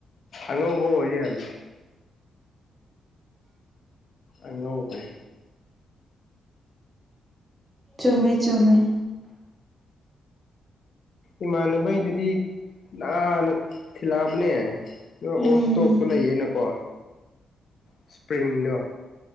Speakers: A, on the left; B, on the right.
A: ꯑꯉꯧꯕ ꯑꯣꯏ ꯂꯩꯔꯝꯃꯦ ꯑꯉꯧꯕꯩ
B: ꯆꯨꯝꯃꯦ ꯆꯨꯝꯃꯦ
A: ꯏꯃꯥꯟꯅꯕꯩꯗꯨꯗꯤ ꯅꯥꯍꯥꯟꯅ ꯊꯤꯜꯂꯛꯑꯕꯅꯦ ꯑꯗꯣ
B: ꯎꯝ
A: ꯑꯣꯜꯏꯁꯇꯣꯛꯇꯨ ꯂꯩꯌꯦꯅꯀꯣ ꯏꯁꯄ꯭ꯔꯤꯡꯗꯣ